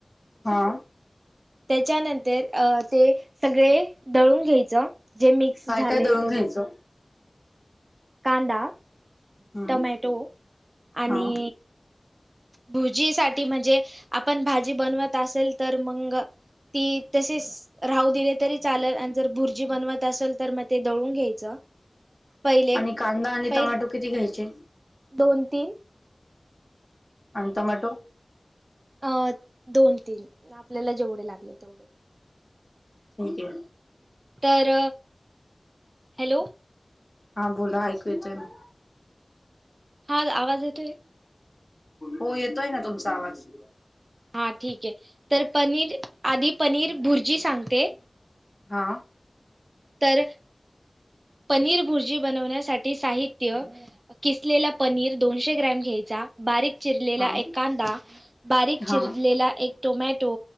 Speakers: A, on the left; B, on the right.
A: हा.
B: त्याच्यानंतर अ ते सगळे दळून घ्यायचं. जे मिक्स
A: काय
B: झाले
A: काय दळून
B: ते
A: घ्यायचं
B: दोन. कांदा
A: हम्म
B: टमॅटो आणि
A: हा
B: भुजीसाठी म्हणजे आपण भाजी बनवत असेल तर मंग ती तशीच. राहू दिले तरी चालल आणि जर भुर्जी बनवत असेल तर मग ते दळून घ्यायचं. पहिले
A: आणि कांदा आणि
B: पहिले
A: टमॅटो किती घ्यायचे.
B: दोन तीन.
A: आणि टोमॅटो.
B: अ दोन तीन आपल्याला जेवढे लागले तेवढे.
A: ठीक आहे.
B: तर हॅलो!
A: हा बोला ऐकू येतं ना.
B: हा आवाज येतोय.
A: हो येतोय ना तुमचा आवाज.
B: हा ठीक आहे तर पनीर आधी पनीर भुर्जी सांगते.
A: हां.
B: तर पनीर भुर्जी बनवण्यासाठी साहित्य किसलेला पनीर दोनशे ग्रॅम घ्यायचा बारीक. चिरलेला
A: हा
B: एक कांदा बारीक
A: हा
B: चिरलेला एक. टोमॅटो